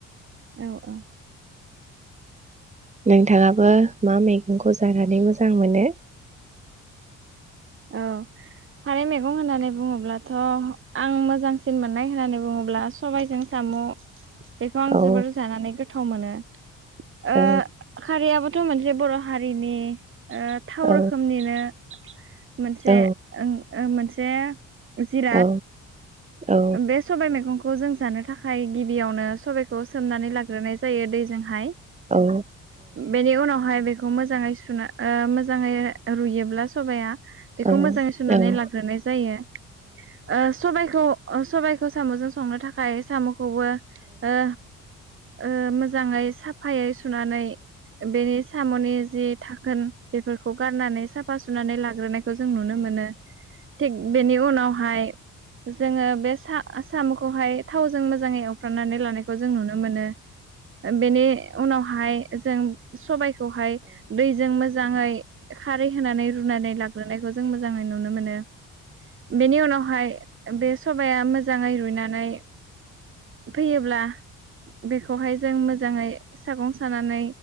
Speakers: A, on the right; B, on the right.
A: औ औ
B: नोंथाङाबो मा मैगंखौ जानानै मोजां मोनो?
A: औ खारै मैगं होननानै बुङोब्लाथ' आं मोजांसिन मोननाय होननानै बुङोब्ला सबाइजों साम। बेखौ आं
B: औ
A: जोबोर जानानै गो गोथाव मोनो। ओ
B: औ
A: खारियाबो थ' मोनसे बर' हारिनि थाव
B: औ
A: रोखोमनिनो मोनसे
B: औ
A: ओं ओ मोनसे उ जिरात
B: औ औ
A: बे सबाय मैगं खौ जों जानो थाखाय गिबि बेयावनो सबायखौ सोमनानै ला ग्रोननाय जायो दैजोंहाय।
B: औ
A: बेनि उनावहाय बे बे खौ मोजाङै सुना ओ मोजाङै रुयोब्ला सबाया बेखौ
B: औ
A: मोजाङै सुनानै
B: औ
A: लाग्रोनाय जायो ओ सबायखौ सबाइखौ साम'जों संनो थाखाय साम' खौबो ओ ओ मोजाङै साफायै थुनानै बेनि साम'नि जि थाखोन बे फोरखौ गारनानै साफा सुनानै लाग्रोनायखौ जों नुनो मोनो। थिग बेनि उनावहाय जोङो सा साम'खौ <unintelligible> हाय थावजों मोज मोजाङै एवफ्रामनानै लानायखौ जों नुनो मोनो। बेनि उनावहाय जों सबाय खौहाय दैजों मोज मोजाङै खारै होनानै रुनानै लाग ग्रोनायखौ जों मोजाङै नुनो मोनो। बेनि उनावहाय बेस <unintelligible> मोजाङै रुयना जानाय फैयोब्ला बेखौहाय जों मोजाङै सागं सानानै